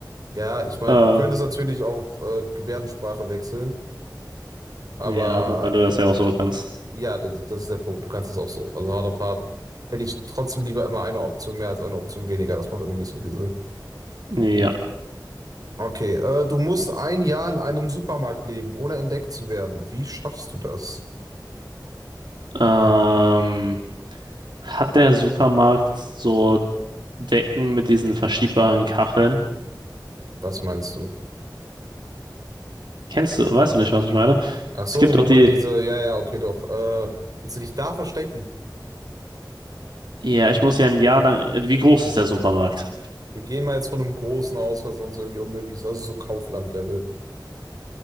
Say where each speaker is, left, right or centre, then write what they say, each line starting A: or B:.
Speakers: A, on the right (about 55°); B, on the right (about 75°).
A: Ja, ich meine,
B: Äh,
A: du könntest natürlich auf äh, Gebärdensprache wechseln, aber
B: ja, wobei du das ja auch so kannst.
A: Ja, das, das ist der Punkt. Du kannst es auch so. Also harte Fahrt hätte ich trotzdem lieber immer eine Option mehr als eine Option weniger. Das macht irgendwie nicht so viel Sinn.
B: Ja.
A: Okay, äh, du musst ein Jahr in einem Supermarkt leben, ohne entdeckt zu werden. Wie schaffst du das?
B: Ähm, hat der Supermarkt so Decken mit diesen verschiebbaren Kacheln?
A: Das meinst du?
B: Kennst du, weißt du nicht, was ich meine?
A: Ach so,
B: Es gibt doch
A: wo
B: die,
A: man diese, ja, ja, okay, doch. Äh, willst du dich da verstecken?
B: Ja, ich muss ja ein Jahr lang. Wie groß ist der Supermarkt?
A: Wir gehen mal jetzt von einem großen aus, weil sonst irgendwie unmöglich ist. Also so Kaufland-Level.